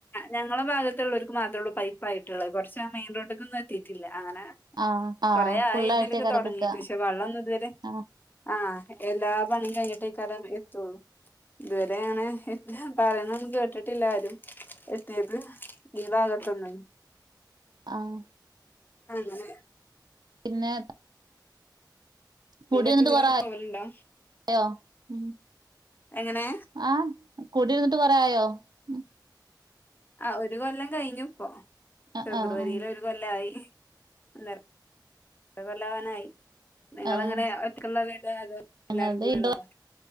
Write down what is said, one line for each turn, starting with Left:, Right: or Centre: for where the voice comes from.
Left: ഞങ്ങളുടെ ഭാഗത്തുള്ളവർക്ക് മാത്രേള്ളൂ പൈപ്പ ആയിട്ടുള്ളത് കുറച്ച ആ മെയിൻ റോട്ടിക്കൊന്നും എത്തിയിട്ടില്ല അങ്ങനെ
Right: ആഹ് ആഹ്
Left: കൊറേ
Right: ഫുള്ളായിട്ടേക്കാരം
Left: ആയി ഇതിലൊക്കെ തുടങ്ങീട്ട്
Right: കിട്ട
Left: പക്ഷെ വെള്ള ഒന്നും ഇതുവരെ
Right: ആഹ്
Left: ആഹ് എല്ലാ പണിയും കഴിഞ്ഞിട്ടെ കരം എത്തുള്ളൂ ഇതുവരെയാണ് എ പറയുന്ന ഒന്നും കേട്ടിട്ടില്ലാരും ത് ഈ ഭാഗത്തുന്നന്നെ
Right: ആഹ്
Left: അങ്ങനെ
Right: പിന്നെ
Left: പിന്നെ
Right: കുടിരുന്നിട്ട്
Left: ടൂറൊക്കെ
Right: കൊറയോ
Left: പോവലുണ്ടോ
Right: ഉം
Left: എങ്ങനെ
Right: ആഹ് കുടിരിന്നിട്ട് കൊറേ അയോ ഉം
Left: ആ ഒരു കൊല്ലം കഴിഞ്ഞു ഇപ്പോ
Right: ആഹ്
Left: ഫെബ്രുവരിൽ
Right: ആഹ്
Left: ഒരു കൊല്ലായി അന്നേരം ഒരു കൊല്ലാവാനായി നിങ്ങളെങ്ങനെ
Right: ആഹ്
Left: ഒര്ക്കുള്ള വീടാണോ അതോ എല്ലാരും
Right: ഞങ്ങൾത്
Left: കൂടെ
Right: രണ്ട്
Left: ഉള്ളതോ